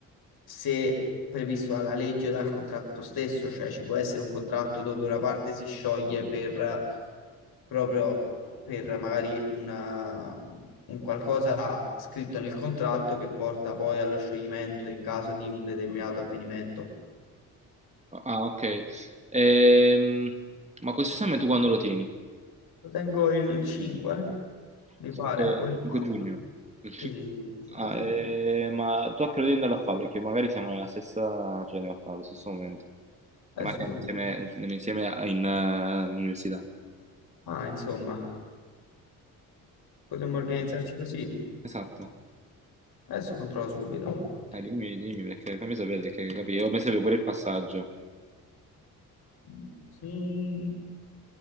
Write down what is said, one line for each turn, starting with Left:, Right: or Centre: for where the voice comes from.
Left: se previsto dalla legge o dal contratto stesso, cioè ci può essere un contratto dove una parte si scioglie per eh, proprio per magari una- un qualcosa scritto nel contratto che porta poi allo scioglimento in caso di un determinato avvenimento.
Right: Ah, ok. Ehm, ma questo esame tu quando lo tieni?
Left: Lo Tengo il 5, mi
Right: 5,
Left: pare, o il 4.
Right: 5 giugno. <laughs> Il
Left: Sì,
Right: ci-
Left: sì, sì, 5
Right: Ah,
Left: giugno.
Right: eh, ma tu a che ora devi andare a fare? Perché magari siamo nella stessa, cioè a fare allo stesso momento. Cioè,
Left: Adesso
Right: magari
Left: controllo.
Right: insieme, insieme insieme a- in, eh, in università.
Left: Ah, insomma, potremmo organizzarci così.
Right: Esatto.
Left: Adesso controllo subito.
Right: Dai, dimmi, dimmi, perché fammi sapere che capì. Io mi serve pure il passaggio,
Left: Mm,